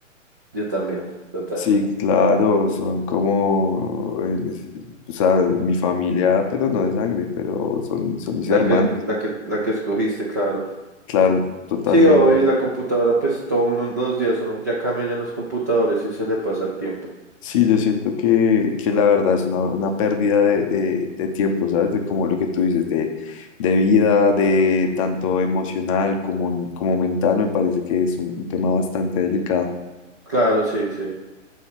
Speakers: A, on the right (about 15°); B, on the left (about 25°).
A: yo también, total.
B: Sí, claro, son como, eh, mis- o sea, mi familia, pero no de sangre, pero son, son mis hermanos,
A: La que, la que, la que escogiste, claro.
B: claro, totalmente.
A: Sí, hoy la computadora, pues todo uno en dos días, uno ya cambia ya en los computadores y se le pasa el tiempo.
B: Sí, yo siento que, que la verdad es una, una pérdida de, de- de tiempo, ¿sabes? De como lo que tú dices, de, de vida, de tanto emocional como, como mental, me parece que es un, un tema bastante delicado.
A: Claro, sí, sí.